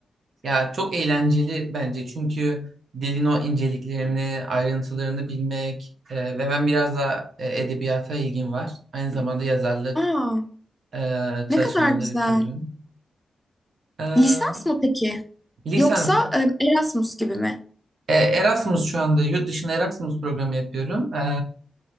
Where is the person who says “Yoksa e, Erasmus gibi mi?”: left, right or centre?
Centre